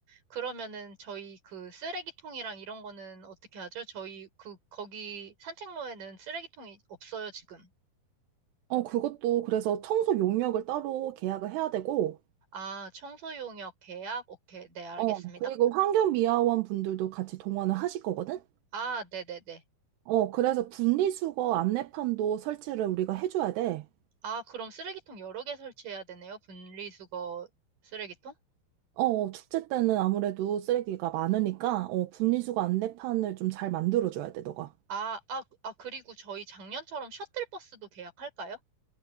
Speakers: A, on the right (about 50°); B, on the right (about 80°).
A: 그러면은 저희 그 쓰레기통이랑 이런 거는 어떻게 하죠? 저희 그, 거기 산책로에는 쓰레기통이 없어요, 지금.
B: 어, 그것도 그래서 청소 용역을 따로 계약을 해야 되고,
A: 아, 청소용역 계약? 오케이. 네, 알겠습니다.
B: 어, 그리고 환경미화원 분들도 같이 동원을 하실 거거든?
A: 아, 네네네.
B: 어, 그래서 분리수거 안내판도 설치를 우리가 해줘야 돼.
A: 아, 그럼 쓰레기통 여러 개 설치해야 되네요. 분리수거 쓰레기통?
B: 어, 어, 축제 때는 아무래도 쓰레기가 많으니까, 어, 분리수거 안내판을 좀 잘 만들어줘야 돼, 너가.
A: 아, 아, 아, 그리고 저희 작년처럼 셔틀버스도 계약할까요?